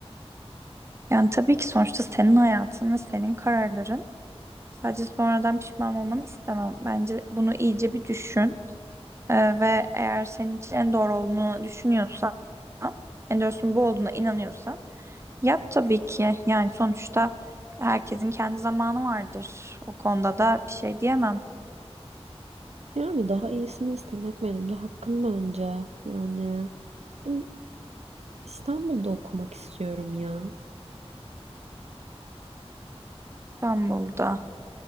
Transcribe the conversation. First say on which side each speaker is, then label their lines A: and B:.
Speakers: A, on the right (about 25°); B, on the right (about 80°).
A: Yani tabii ki sonuçta senin hayatın ve senin kararların. Sadece sonradan pişman olmanı istemem. Bence bunu iyice bir düşün. Ee, ve eğer senin için en doğru olduğunu düşünüyorsan, en doğrusunun bu olduğuna inanıyorsan yap tabii ki. Yani sonuçta herkesin kendi zamanı vardır. O konuda da bir şey diyemem
B: Yani daha iyisini istemek benim de hakkım bence. Yani ben İstanbul'da okumak istiyorum ya.
A: İstanbul'da.